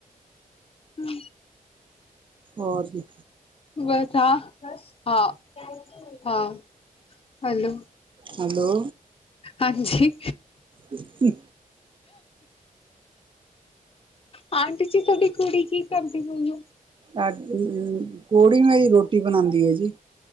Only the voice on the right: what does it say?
ਹੋਰ ਜੀ?
ਹੈਲੋ।
ਹ ਹੂੰ।
ਆ ਕ ਕੋੜੀ ਮੇਰੀ ਰੋਟੀ ਬਣਾਉਂਦੀ ਹੈ ਜੀ।